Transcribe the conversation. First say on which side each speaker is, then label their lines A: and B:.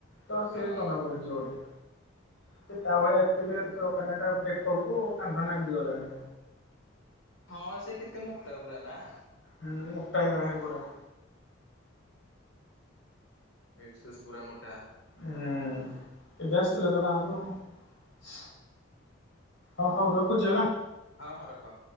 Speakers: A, on the left; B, on the left.
A: ତ
B: ହଁ।
A: ସି ଜଣା ପଡୁଛି ଗୋଟେ। ଜେ ତା ଭଳିଆ ଏତେ ବି ହେଲଥ ଦରକାର ନାହିଁ ତା ବେକକୁ କାନ୍ଧ ନାଗି ଗଲାଣି।
B: ହଁ ସେ କେତେ ମୁଟା ପୁରା ନାଁ?
A: ହୁଁ ମୁଟା ହେଇଗଲାଣି ପୁରା।
B: ଏକ୍ସେସ୍ ପୁରା ମୋଟା।
A: ଏଁ ଏବେ ଆସିଥିଲା ତ ଗାଁକୁ ଆଉ। ହଁ ହଉ ରଖୁଛି ହେଲା।
B: ହଁ ହଁ ରଖ।